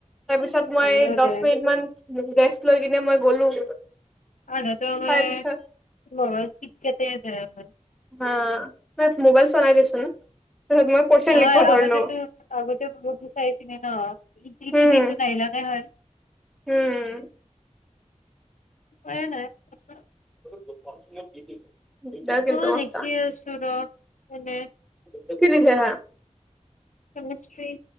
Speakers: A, in the centre; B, on the left (about 80°).
A: তাৰপিছত মই
B: হয়ও
A: দহ
B: দে।
A: মিনিট মান ৰেষ্ট লৈ কিনে মই গ'লো।
B: আ নো তেওঁ মই
A: তাৰ পিছত
B: <unintelligible> তে <unintelligible>
A: হা তাই মোবাইল চোৱা নাই দেচোন তাৰপিছত মই কুৱেশন
B: নহয়
A: লিখিব ধৰিলো
B: আগতেটো আগতেও <unintelligible> বিচাৰিছিলে ন ইটো
A: উম
B: দিনটো নাহিলাকে হয়
A: উম!
B: <unintelligible> নাই আচ
A: <unintelligible> কিন্তু
B: অ,
A: মস্ত
B: দেখিয়ে আছো ৰ, এনে।
A: <unintelligible>
B: কেমেষ্ট্ৰি।